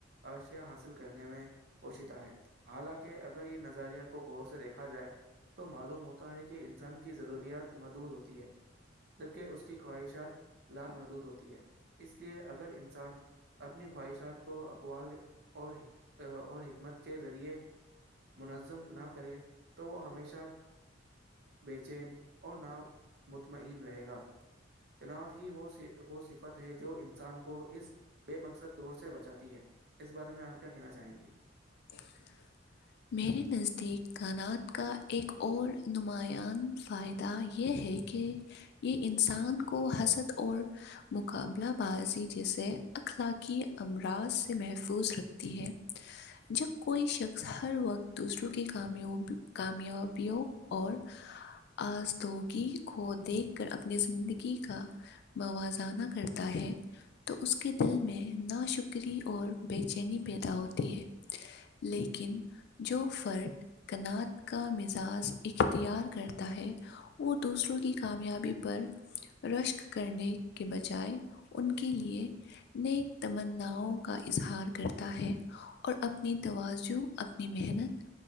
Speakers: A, on the right (about 55°); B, on the left (about 55°).
A: اشیاء حاصل کرنے میں پوشتا ہے حالانکہ اگر یہ نظریہ کو غور سے دیکھا جائے تو معلوم ہوتا ہے کہ انسان کی ضروریات مدود ہوتی ہے جبکہ اس کی خواہشات لامحدود ہوتی ہے اس لیے اگر انسان اپنی خواہشات کو اقوال اور اور حکمت کے ذریعے منظم نہ کرے تو وہ ہمیشہ بے چین اور ن مطمئن رہے گا نات ہی وہ وہ صفت ہے جو انسان کو اس بے مقصد دور سے بچاتی ہے اس بارے میں آپ کیا کہنا چاہیں گے
B: <inaudible> میرے نزدیک کانات کا ایک اور نمایاں فائدہ یہ ہے کہ یہ انسان کو حست اور مقابلہ بازی جسے اخلاقی امراض سے محفوظ رکھتی ہے جب کوئی شخص ہر وقت دوسروں کی کا کامیابیوں اور آزدگی کو دیکھ کر اپنی زندگی کا موازانہ کرتا ہے تو اس کے دل میں نا شکر بکری اور بے چینی پیدا ہوتی ہے لیکن جو فرد کناعات کا مزاج اختیار کرتا ہے وہ دوسروں کی کامیابی پر رشک کرنے کے بجائے ان کے لیئے نیک تمناؤں کا اظہار کرتا ہے اور اپنی توازن اپنی محنت